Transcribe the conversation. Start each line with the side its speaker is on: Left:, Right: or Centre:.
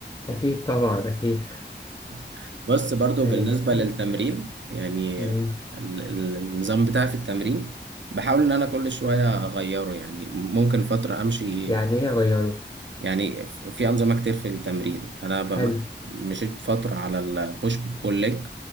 Left: اكيد طبعا اكيد
Right: <laughs> بس برضو
Left: ماشي
Right: بالنسبة للتمرين يعني
Left: مم.
Right: ال- ال- النظام بتاعي في التمرين بحاول ان انا كل شوية اغيره يعني ممكن فترة امشي
Left: يعني ايه اغيره
Right: يعني في أنظمة كتير في التمرين أنا ب- مثلاً
Left: حلو
Right: مشيت فترة على البوش بول ليج